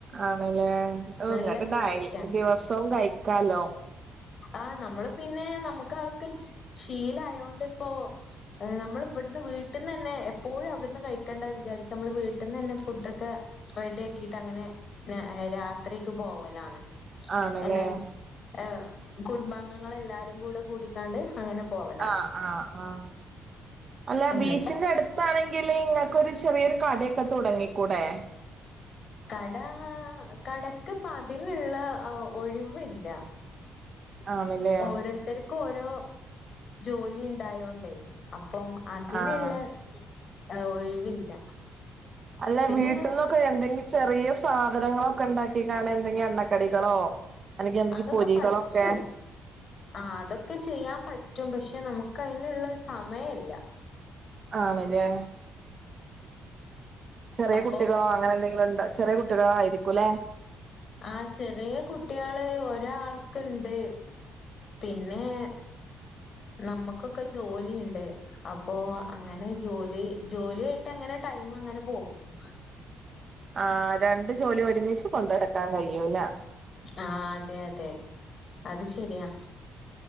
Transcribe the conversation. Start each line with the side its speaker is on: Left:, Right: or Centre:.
Right: ആണല്ലേ ഔ
Left: നല്ല
Right: ഇങ്ങട്ട്
Left: ടേസ്റ്റാണ്.
Right: ദിവസവും കഴിക്കാലോ
Left: ആഹ് നമ്മള് പിന്നെ നമുക്ക് അതൊക്കെ ശീല ഇപ്പോ നമ്മൾ ഇവിന്ന് വീട്ടിൽന്ന് തന്നെ എപ്പോഴും അവിടുന്ന് കഴിക്കേണ്ട വിചാരിച്ച നമ്മൾ വ പെട്ടന്ന് തന്നെ ഫുഡൊക്കെ റെഡിയ ആക്കിട്ട് അങ്ങനെ രാത്രിക്ക് പോവലാണ്
Right: ആണല്ലേ
Left: എല്ലാരും ഏ കുടുംബാംഗങ്ങള എല്ലാരും കൂടെ കൂടിക്കാണ്ട് അങ്ങനെ പോവലാണ്.
Right: ആഹ ആഹ് ആഹ അല്ല
Left: എന്നിട്ട്
Right: ബീച്ചിന്റെ അടുത്താണെങ്കില് ഇങ്ങക് ഒരു ചെറിയൊരു കടൊക്കെ തുടങ്ങിക്കൂടെ
Left: കട കടക്ക്പ്പതിനുള്ള ഒഴിവില്ല
Right: ആണല്ലേ
Left: ഓരോരുത്തർക്കും ഓരോ ജോലി ഉണ്ടായോണ്ടേ അപ്പം അതിനുള്ള
Right: ആഹ്
Left: ആ ഒഴിവില്ല
Right: അല്ല
Left: പിന്നെ
Right: വീട്ടിൽന്നൊക്കെ എന്തെങ്കില ചെറിയ സാധനങ്ങളൊക്കെ ഉണ്ടാക്കി കാണ എന്തെങ്കും എണ്ണക്കടികളോ അല്ലെങ്കിൽ എന്തെങ്കിലും
Left: അതൊക്കെ
Right: പൊരികളൊക്കെ
Left: പറ്റും ആ അതൊക്കെ ചെയ്യാൻ പറ്റും പക്ഷെ നമുക്ക് അയിനുള്ള ഒരു സമയില്ല
Right: ആണ്ല്ലേ ചെറിയ
Left: അപ്പോ
Right: കുട്ടികളോ അങ്ങനെന്തെങ്കിലുണ്ടോ ചെറിയ കുട്ടികളായിരിക്കും ല്ലെ
Left: ആ ചെറിയ കുട്ട്യാള് ഒരാൾക്ക്ണ്ട് പിന്നെ നമ്മക്കൊക്കെ ജോലി ഇണ്ട് അപ്പോ അങ്ങനെ ജോലി ജോലിയായിട്ട് അങ്ങനെ ടൈമങ്ങനെ പോക്കും
Right: ആ രണ്ട് ജോലി ഒരുമിച്ച് കൊണ്ടടക്കാൻ കയ്യൂല
Left: ആ അതെ അതെ അത് ശരിയാ